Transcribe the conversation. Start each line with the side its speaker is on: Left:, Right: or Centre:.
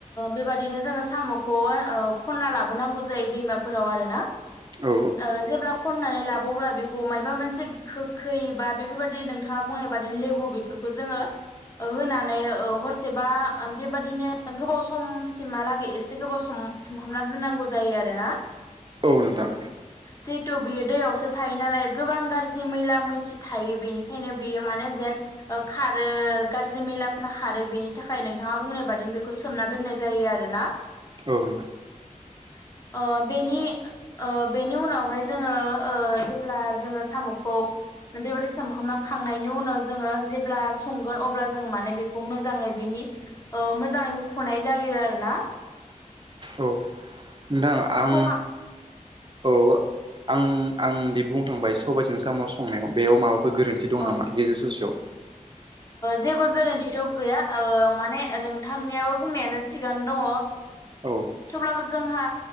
Left: बेबादि बिदिनो जोङो साम'खौ खना लाबोनांगौ जायो दैमाफोराव आरो ना
Right: औ
Left: आ जेबोब्ला खननानै लाबावब्ला बेखौ मायबा मोनसे गोखै बा बेफोरबायादि नों बिथाङा बुंनाय बादिनो लेबु बेफोरखौ जोङो होनानै हरसेबा बेबादिनो गोबाव समसिमहालागै एसे गोबाव सम सोमहाबनानै दोननांगौ जायो आरोना
Right: औ नोंथां
Left: जिहेथु बियो दैयावसो थायो नालाय गोबां गाज्रि मैला मैसि थायो बेनि बेखायनो बियो मानोे जेन खारो गाज्रि मेलाफोरा खारो बेनि थाखाय नोंथाङा बुंनाय बादि बेखौ सोमना दोननाय जायो आरो ना
Right: औ
Left: <inaudible> बेनि बेनि उनावहाय जोङो जेब्ला जोङो साम'खौ बेबायदि सामखौ खांनायनि उनाव जोङो जेब्ला संगोन अब्ला जों माने बेखौ मोजाङै बेनि मोजां होख'नाय जायो आरोना
Right: औ नोंथां आं
Left: हुख'खां
Right: औ आं आंदि बुंखांबाय सार सबायजों सामाव संनायाव बेयाव माबाफोर गोरोन्थि दं
Left: औ
Right: नामा गेजेर ससेयाव
Left: जेबो गोरोन्थिथ' गैया माने नोंथांनियाबो बुंनायानो थिगानो दङ
Right: औ
Left: थेवब्लाबो जोंहा